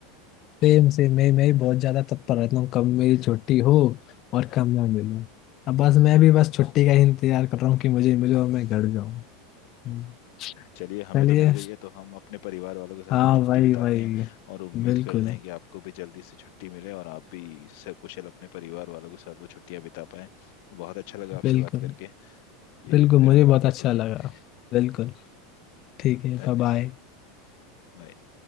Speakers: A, on the left; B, on the left.
A: सेम से मैं मैं भी बहुत ज्यादा तत्पर रहता हूँ कब मेरी छुट्टी हो और कब मैं मिलूँ अब बस मैं भी बस छुट्टी का ही इंतजार कर रहा हूँ कि मुझे मिलो और मैं घर जाऊँ हम्म।
B: चलिए हमें
A: चलिए
B: तो मिल गई है तो हम अपने परिवार वालों के साथ
A: हाँ
B: वो छुट्टी
A: भाई
B: बिताते
A: भाई
B: हैं और उम्मीद
A: बिल्कुल
B: करते हैं कि आपको भी जल्दी से छुट्टी मिले और आप भी सकुशल अपने परिवार वालों के साथ वो छुट्टियां बिता पाएं बहुत अच्छा लगा आपसे
A: बिल्कुल
B: बात करके जी
A: बिल्कुल
B: फिर
A: मुझे
B: मुलाकात
A: बहुत अच्छा
B: होगी
A: लगा बिल्कुल ठीक है
B: धन्यवाद
A: बाय बाय
B: बाय